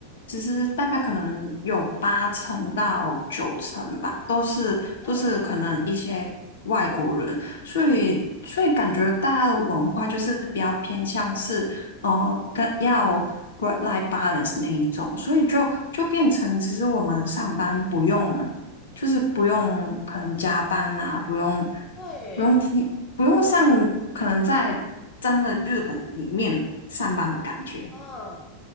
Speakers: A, on the left; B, on the left.
A: 其实大概可能有八成到九成吧，
B: <laughs> 哦，
A: 都是都是可能一些外国人，
B: 嗯，
A: 所以所以感觉大家的文化就是比较偏向是，呃，跟要 work-life balance 那一种，所以就就变成其实我们上班不用，就是不用可能加班啊，不用
B: 会，
A: 不用听。不用像可能在真的日本里面上班的感觉。
B: 嗯，